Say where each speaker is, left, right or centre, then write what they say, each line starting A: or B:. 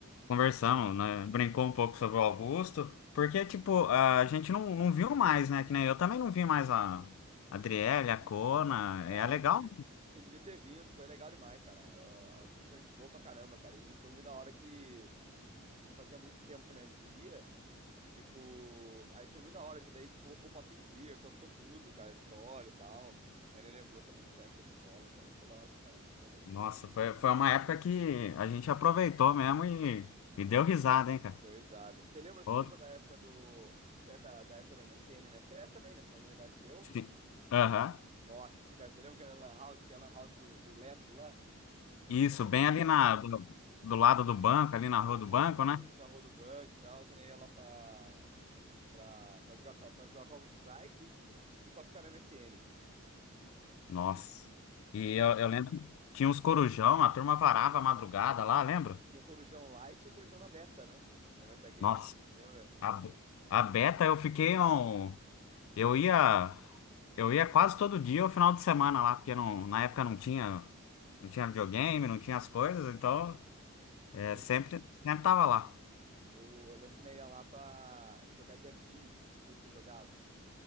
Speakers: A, on the left (about 65°); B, on the right (about 30°).
A: Conversamos, né? Brincou um pouco sobre o Augusto, porque, tipo, a gente não, não viu mais, né? Que nem eu também não vi mais a Adriele, a Cona.
B: Cara,
A: É legal.
B: você, de- você devia ter vindo, foi legal demais, cara. Eu- As missões a gente boa pra caramba, cara. E foi muito da hora que não fazia muito tempo que né, não se via. Tipo, aí foi muito da hora, que daí colocou o papo em dia, contou tudo, cara, história e tal. Aí ele lembrou também dessa época de escola também, foi da hora pra caramba, você é louco.
A: Nossa, foi, foi uma época que a gente aproveitou mesmo e, e deu risada, hein, cara?
B: Me deu risada. Você lembra, você
A: Ô,
B: lembra da época do. Você é da, da época da MSN, né? Você é também, né? Você é da mesma idade que eu.
A: se- Aham.
B: Nossa, cara, você lembra que na Lan House tinha a Lan House do, do Leto lá?
A: Isso, bem
B: Ficava-
A: ali na, do, do lado do banco, ali na rua do
B: Isso,
A: banco, né?
B: na rua do banco e tal, que nem ia lá pra, pra, pra jogar, Call- pra jogar Call of Strike e pra ficar na MSN.
A: Nossa. E
B: Tinha,
A: eu, eu lembro que tinha uns corujão, a turma varava a madrugada lá, lembra?
B: tinha Corujão Light e Corujão na Beta, né? Na Beta Games,
A: Nossa.
B: lembra?
A: A, a Beta, eu fiquei um. Eu ia. Eu ia quase todo dia, o final de semana lá, porque não, na época não tinha, não tinha videogame, não tinha as coisas, então é,
B: Eu lembro
A: sempre,
B: que,
A: sempre tava lá.
B: eu, eu lembro que nós ia lá pra jogar Jeff Jean. Não sei se você jogava.